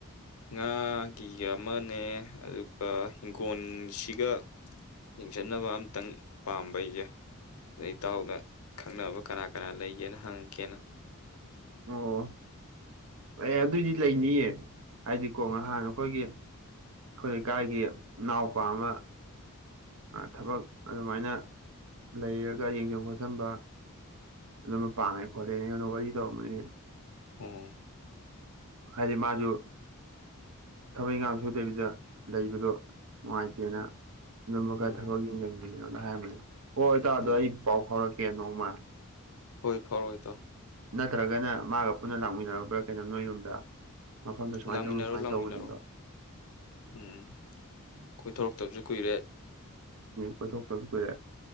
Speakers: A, on the left (about 75°); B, on the right (about 65°).
A: ꯉꯥꯒꯤꯒ ꯑꯃꯅꯦ ꯑꯗꯨꯒ ꯍꯪꯈꯣꯜꯁꯤꯒ ꯌꯦꯡꯁꯠꯅꯕ ꯑꯝꯇꯪ ꯄꯥꯝꯕꯩꯁꯦ ꯑꯗꯩ ꯏꯇꯥꯎꯗ ꯈꯪꯅꯕ ꯀꯅꯥ ꯀꯅꯥ ꯂꯩꯒꯦꯅ ꯍꯪꯉꯛꯀꯦꯅ
B: ꯑꯣ ꯑꯦ ꯑꯗꯨꯏꯗꯤ ꯂꯩꯅꯤꯌꯦ ꯍꯥꯏꯗꯤꯀꯣ
A: ꯎꯝ
B: ꯉꯍꯥꯟ ꯑꯩꯈꯣꯏꯒꯤ ꯑꯩꯈꯣꯏ ꯂꯩꯀꯥꯏꯒꯤ ꯏ ꯅꯥꯎꯄꯥ ꯑꯃ ꯊꯕꯛ ꯑꯗꯨꯃꯥꯏꯅ ꯂꯩꯔꯒ ꯌꯦꯡꯁꯤꯟ ꯈꯣꯠꯆꯟꯕ ꯑꯗꯨꯝ ꯄꯥꯝꯅꯩ ꯈꯣꯠꯂꯦꯅꯦꯉꯣꯟꯗ ꯋꯥꯔꯤ ꯇꯧꯔꯝꯃꯅꯦ
A: ꯑꯣ
B: ꯍꯥꯏꯗꯤ ꯃꯥꯁꯨ ꯊꯕꯛ ꯏꯪꯈꯥꯡ ꯁꯨꯗꯕꯤꯗ ꯂꯩꯕꯗꯣ ꯅꯨꯡꯉꯥꯏꯇꯦꯅ ꯑꯗꯨꯝ ꯃꯈ
A: ꯑꯣ
B: ꯈꯔ ꯊꯕꯛ ꯌꯦꯡꯁꯤꯟꯗꯅ ꯍꯥꯏꯔꯝꯕꯅꯦ ꯍꯣꯏ ꯍꯣꯏ ꯇꯥꯗꯣ
A: ꯑꯣ
B: ꯑꯩ ꯄꯥꯎ ꯐꯥꯎꯔꯛꯀꯦ ꯅꯣꯡꯃ
A: ꯍꯣꯏ ꯐꯔꯣꯑꯣꯏ ꯇ
B: ꯅꯠꯇ꯭ꯔꯒꯅ ꯃꯥꯒ ꯄꯨꯟꯅ ꯂꯥꯛꯃꯤꯟꯅꯔꯕ꯭ꯔꯥ ꯀꯩꯅꯣ ꯅꯣꯏ ꯌꯨꯝꯗ ꯃꯐꯝꯗꯣ ꯁꯨꯃꯥꯏꯅ
A: ꯂꯥꯡꯃꯤꯟꯅꯔꯣ
B: ꯇꯧꯅꯤ ꯁꯨꯃꯥꯏꯅ
A: ꯂꯥꯡꯃꯤꯟꯅꯔꯣ
B: ꯇꯧꯕꯅꯤꯗꯣ
A: ꯎꯝ ꯀꯣꯏꯊꯣꯔꯛꯇꯕꯁꯨ ꯀꯨꯏꯔꯦ
B: ꯄꯨꯊꯣꯛꯄꯔꯦ